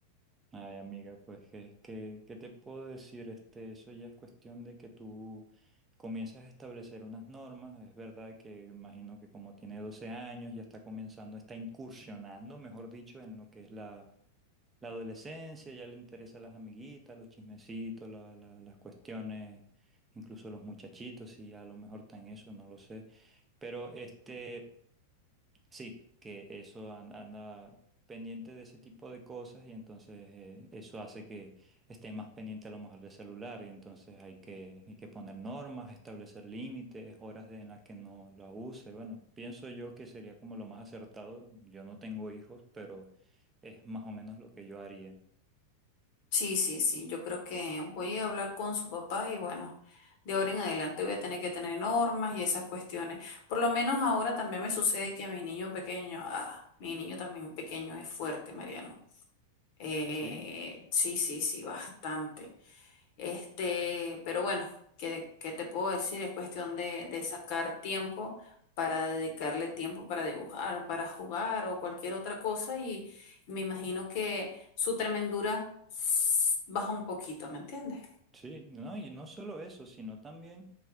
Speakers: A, on the right (about 15°); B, on the left (about 45°).
A: Ay, amiga, pues es que, ¿qué te puedo decir? Este, eso ya es cuestión de que tú comienzas a establecer unas normas. Es verdad que imagino que como tiene 12 años, ya está comenzando, está incursionando, mejor dicho, en lo que es la, la adolescencia, ya le interesan las amiguitas, los chismecitos, la- la- las cuestiones, incluso los muchachitos, y a lo mejor está en eso, no lo sé. Pero este... Sí, que eso an- anda, pendiente de ese tipo de cosas y entonces eh, eso hace que esté más pendiente a lo mejor del celular y entonces hay que, hay que poner normas, establecer límites, horas de- en las que no la use. Bueno, pienso yo que sería como lo más acertado. Yo no tengo hijos, pero es más o menos lo que yo haría.
B: Sí, sí, sí, yo creo que voy a hablar con su papá y bueno, de ahora en adelante voy a tener que tener normas y esas cuestiones. Por lo menos ahora también me sucede que mi niño pequeño, ah, mi niño también pequeño es fuerte, Mariano. Eh,
A: ¿Sí?
B: sí, sí, sí, bastante. Este, pero bueno, ¿qué, qué te puedo decir? Es cuestión de, de sacar tiempo para dedicarle tiempo para dibujar, para jugar o cualquier otra cosa y me imagino que su tremendura s- baja un poquito, ¿me entiendes?
A: Sí, no, y no solo eso, sino también